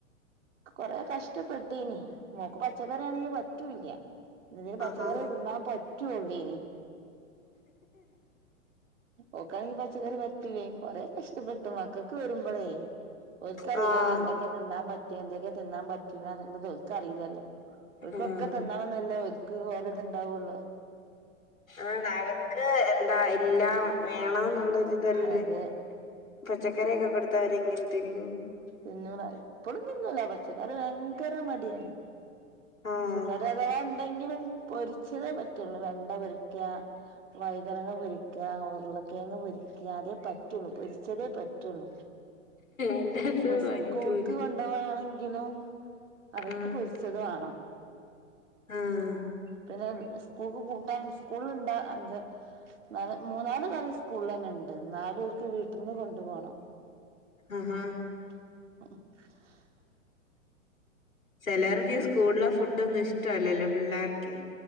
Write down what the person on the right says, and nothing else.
കൊറെേ കഷ്ടപ്പെട്ടനി മോക്ക് പച്ചക്കറാണെങ്കി പറ്റൂല്ല ഇതിന് പച്ചക്കറി
തിന്നാൻ പറ്റള്ളൂനി ഒക്കെണെങ്കിൽ പച്ചക്കറി പറ്റ റ്റുലെ കൊറെേ കഷ്ടപ്പെട്ടു മക്കൾക്ക് വരുമ്പോളേ ഒക്കറിയില്ലല്ല
എന്തൊക്കെ തിന്നാൻ പറ്റ പറ്റഎന്തൊക്കെ തിന്നാൻ പറ്റൂല എന്നുള്ളത് ത് ഒൽക്കറിയില്ലല്ലോ ഒൽക്കൊക്കെ
തിന്നണെന്നല്ലേ ഓല്ക്ക് ഓര ഇത്ണ്ടാവുള്ളൂ
അതെ
തിന്നൂല ഇപ്പഴും തിന്നൂല പച്ചക്കാറി ഭയങ്കര മടിയാണ്
പച്ചക്കറിഅഥവാ ഉണ്ടെങ്കിലും പൊരിച്ചതേ പറ്റുള്ളൂ വെണ്ട പൊരിക വൈതരങ്ങ പൊരിക്ക ഉരുളക്കേങ്ങ പൊരിക്ക അതേ പറ്റുള്ളു പൊരിച്ചതേ പറ്റുള്ളു
ഇപ്പൊ
സ്കൂൾക്ക് കൊണ്ടോണെങ്ക ങ്കിലും അവർക്ക്
പൊരിച്ചതു വാണം
പിന്നെ സ്കൂൾക്ക് കൂട്ടാൻ സ്കൂളുണ്ട് അഞ്ച് ന മൂന്നാറ് കറി സ്കൂൾ തന്നെ ഉണ്ട് ണ്ട് നാലലും ഓല്ക് വീട്ടിന്ന് കൊണ്ടു പോണം
<unintelligible>
അങ്ങനെ